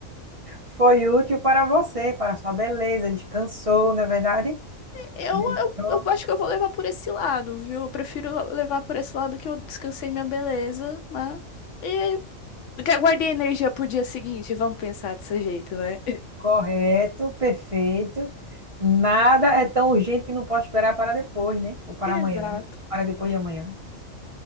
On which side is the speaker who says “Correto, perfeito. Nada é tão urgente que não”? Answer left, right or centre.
Right